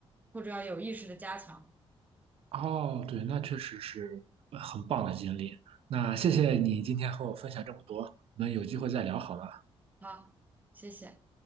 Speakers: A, on the right (about 15°); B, on the right (about 70°).
A: 或者要有意识的加强。
B: 哦，对，那确实是呃很棒的经历。那谢谢你今天和我分享这么多，我们有机会再聊好吗？
A: 好，谢谢。